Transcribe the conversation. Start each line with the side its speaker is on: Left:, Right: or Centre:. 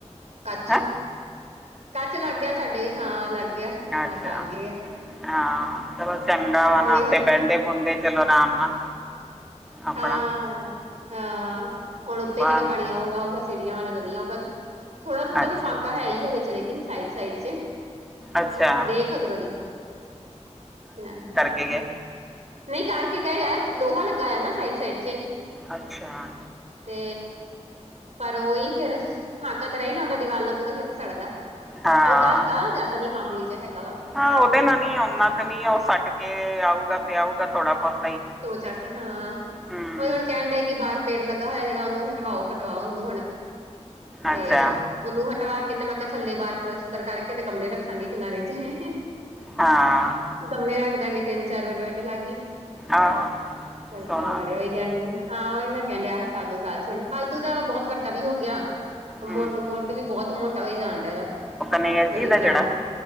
Right: ਕੱਚ।
Centre: ਹੈ
Right: ਕੱਚ ਲੱਗ ਗਿਆ ਸਾਡੇ ਹੀ, ਹਾਂ, ਲੱਗ ਗਿਆ,
Centre: ਅੱਛਾ
Right: ਲਗਾ ਗਏ ਐ।
Centre: ਹਾਂ! ਚਲੋ ਚੰਗਾ ਵਾ ਨਾ, ਆਪੇ
Right: ਹੁਣ
Centre: ਬਹਿੰਦੇ ਬੂੰਦੇ, ਚਲੋ ਆਰਾਮ ਨਾਲ। ਆਪਣਾ
Right: ਹਾਂ! ਐ ਨਾ ਹਾਂ! ਹੁਣ ਉਤੇ
Centre: ਬਾਹਰ
Right: ਹੀ ਜਿਹੜਾ ਪਾਣੀ ਆਊਗਾ ਆਊਗਾ, ਸੀੜੀਆਂ ਵਾਲਾ ਤਾਂ ਨੀ ਆਊਗਾ। ਥੋੜਾ - ਥੋੜਾ
Centre: ਅੱਛਾ
Right: ਤਾਂ ਫਾਕਾ ਹੈ ਹੀ ਐ ਵਿਚ, ਲੇਕਿਨ ਸਾਈਡ ਸਾਈਡ ਚ
Centre: ਅੱਛਾ
Right: ਦੇਖ ਓਧਰੋ ਦੀ, ਏਨਾਂ ਨੂੰ
Centre: ਠੀਕ ਐ
Right: ਨਹੀਂ ਕਰਕੇ ਗਏ ਅਜ, ਲੋਹਾ ਲੱਗਾ ਆ ਨਾ ਸਾਈਡ ਸਾਈਡ ਚ।
Centre: ਅੱਛਾ।
Right: ਤੇ। ਪਰ, ਉਹੀ ਫਿਰ ਹਾਕਾ ਤਾਂ ਰਹਿ ਹੀ ਜਾਂਦਾ ਦੀਵਾਲ ਨਾਲ, ਪੂਰਾ ਸਿਰ ਫਿਰ ਸੜਦਾ।
Centre: ਹਾਂ
Right: ਹਲਕਾ - ਹਲਕਾ, ਜਿਆਦਾ ਨੀ, ਮਾਮੂਲੀ ਜਿਯਾ ਹੈਗਾ ਵਾ।
Centre: ਹਾਂ! ਉਹਦੇ ਨਾ ਨੀ, ਓਹਨਾਂ ਤੇ ਨੀ, ਉਹ ਸੱਟ ਕੇ ਆਊਗਾ ਤੇ ਆਊਗਾ ਥੋੜਾ ਬਹੁਤਾ ਹੀ।
Right: ਦੋ ਜਾ ਕੇ, ਹਾਂ।
Centre: ਹੂੰ
Right: ਔ ਜੇੜਾ ਕਹਿ ਡਏ ਕੇ ਬਾਹਰ ਪੇੜ ਲੱਗਾ ਹੋਇਆ, ਜਿਹੜਾ ਉਹਨੂੰ ਹਟਵਾਓ ਕਟਵਾਓ, ਉਹਨੂੰ ਹੁਣ। ਤੇ
Centre: ਅੱਛਾ
Right: ਏ ਉਹਨੂੰ ਹਟਵਾ ਕੇ ਤੇ, ਮੈਂ ਕਿਹਾ ਥੱਲੇ ਬਾਹਾਰ ਪਲਤਸਰ ਕਰਕੇ, ਤੇ ਗਮਲੇ ਰੱਖਾਂਗੇ ਕਿਨਾਰੇ ਤੇ, ਹੂੰ! ਹੂੰ!
Centre: ਹਾਂ ਆ
Right: ਗਮਲੇ ਰੱਖ ਦਾਂਗੇ ਤਿੰਨ ਚਾਰ ਵੱਡੇ-ਵੱਡੇ ਲਾਕੇ,
Centre: ਆਹੋ
Right: ਫੁੱਲ
Centre: ਸੋਹਣਾ
Right: ਫਲ ਵਾਲੇ
Centre: ਆ ਜਾਏਗਾ।
Right: ਹੋਈ ਕਹਿਦੇ ਨਾ। ਹਾਂ! ਉਹੀ ਮੈਂ ਕਹਿੰਨ ਡਿਆ ਹਟਾ ਦੋ ਗਾਚ ਹੁਣ, ਫਾਲਤੂ ਦਾ ਐਵੇਂ ਬਹੁਤ ਵੱਡਾ ਵੀ ਹੋ ਗਿਆ। ਮੁੱਢ
Centre: ਹੂੰ
Right: ਮੁੱਢ ਵੀ ਬਹੁਤ ਮੋਟਾ ਹੋਈ ਜਾਣ ਡਿਆ, ਇਹਦਾ।
Centre: ਉਹ ਕਨੇਰ ਜੀ
Right: ਵਧੀ
Centre: ਦਾ
Right: ਜਾਣ
Centre: ਜੇੜਾ।
Right: ਡਿਆ